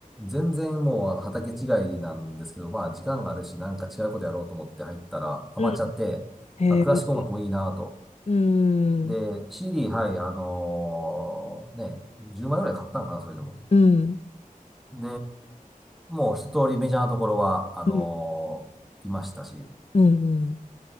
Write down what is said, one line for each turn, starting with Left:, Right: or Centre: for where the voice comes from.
Centre: 全然もう、あの、畑違いなんですけど、まあ、時間があるし、なんか違うことやろうと思って入ったら、ハマっちゃって、
Left: うん。へえ。
Centre: まあ、クラシック音楽もいいなと。
Left: うん。
Centre: で、CD、はい、あのーね、10枚ぐらい買ったんかな、それでも。
Left: うん。
Centre: で、もう一通りメジャーなところは、あのー来ましたし、
Left: うん。うん。